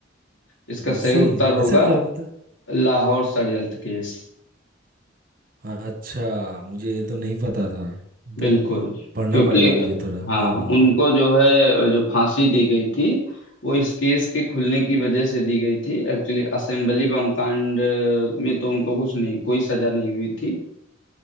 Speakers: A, on the left; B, on the right.
A: इसका
B: ऐसे
A: सही उत्तर होगा
B: ऐसा क्या मतलब
A: लाहौर षड्यंत्र केस
B: अच्छा मुझे ये तो नहीं पता था मतलब
A: बिल्कुल
B: पढ़ना
A: क्योंकि
B: पड़ेगा मुझे थोड़ा
A: हाँ
B: हाँ हाँ
A: उनको जो है जो फांसी दी गई थी वो इस केस के खुलने की वजह से दी गई थी एक्चुअली असेंबली बम कांड में तो उनको कुछ नहीं कोई सजा नहीं हुई थी